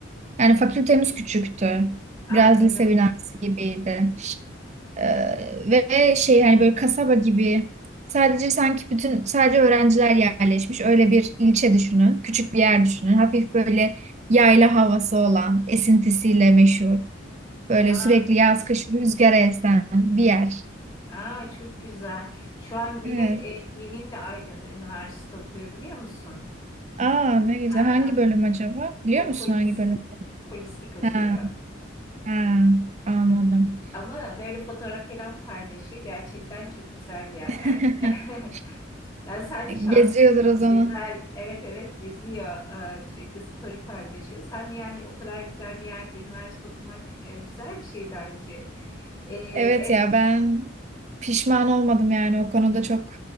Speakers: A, on the right; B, on the left.
A: Yani fakültemiz küçüktü.
B: anladım.
A: Biraz lise binası gibiydi. Ee, ve şey hani böyle kasaba gibi sadece sanki bütün sadece öğrenciler yerleşmiş. Öyle bir ilçe düşünün. Küçük bir yer düşünün. Hafif böyle yayla havası olan, esintisiyle meşhur. Böyle
B: Aa,
A: sürekli yaz kış rüzgara esen bir yer.
B: aa çok güzel. Şu an benim
A: Evet.
B: e, yeğenim de Aydın'da üniversite okuyor biliyor musun?
A: Aa ne güzel.
B: Hı
A: Hangi
B: hı,
A: bölüm acaba? Biliyor
B: o
A: musun
B: polis
A: hangi bölüm?
B: polislik okuyor.
A: Ha, ha, anladım.
B: Ama böyle fotoğraf falan paylaşıyor. Gerçekten çok güzel yerler.
A: <laughs>
B: <laughs> Yani sen de şanslısın.
A: Geziyordur o zaman.
B: Güzel. Evet evet geziyor. Ee, Sürekli story paylaşıyor. Sen de yani o kadar güzel bir yerde üniversite okumak e, güzel bir şey bence. Ee,
A: Evet
B: evet
A: ya ben pişman olmadım yani o konuda çok